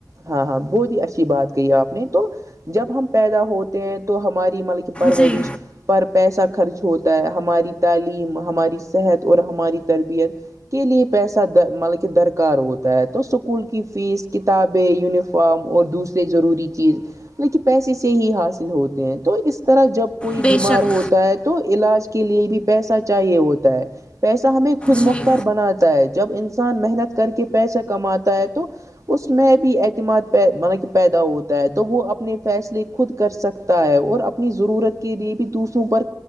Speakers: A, on the right (about 45°); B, on the left (about 15°).
A: ہاں ہاں بہت ہی اچھی بات کہی آپ نے تو جب ہم پیدا ہوتے ہیں تو ہماری مل کی پرورش
B: جی
A: پر پیسہ خرچ ہوتا ہے ہماری تعلیم ہماری صحت اور ہماری تربیت کے لیے پیسہ مطلب کہ درکار ہوتا ہے تو اسکول کی فیس کتاب ب یونفام اور دوسرے ضروری چیز لیک پیسے سے ہی حاصل ہوتے ہیں تو اس طرح جب کوئی
B: بے
A: بیمار
B: شک
A: ہوتا ہے تو علاج کے لیے بھی پیسہ چاہیے ہوتا ہے پیسہ ہمیں خود
B: جی
A: مختار بناتا ہے جب انسان محنت کر کے پیسہ کماتا ہے تو اس میں بھی اعتماد پہ ملک پیدا ہوتا ہے تو وہ اپنے فیصلے خود کر سکتا ہے اور اپنے اپنی ضرورت کے لیے بھی دوسروں پر